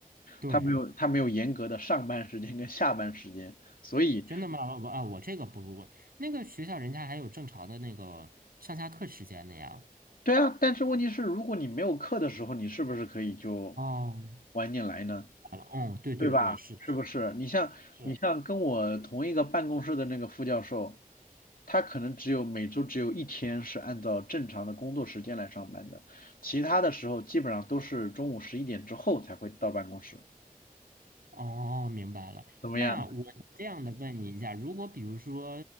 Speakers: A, on the right; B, on the left.
A: 对，
B: 他没有他没有严格的上班时间跟下班时间，所以
A: 真的吗？我啊，我这个不不不，那个学校人家还有正常的那个上下课时间的呀。
B: 对啊，但是问题是，如果你没有课的时候，你是不是可以就
A: 哦，
B: 晚点来呢？
A: 好了嗯，对对对，
B: 对吧？
A: 是的，
B: 是不是？你像你像跟我同一个办公室的那个副教授，
A: 是。
B: 他可能只有每周只有一天是按照正常的工作时间来上班的，其他的时候基本上都是中午十一点之后才会到办公室。
A: 哦，明白了。
B: 怎么样？
A: 那我这样的问你一下，如果比如说，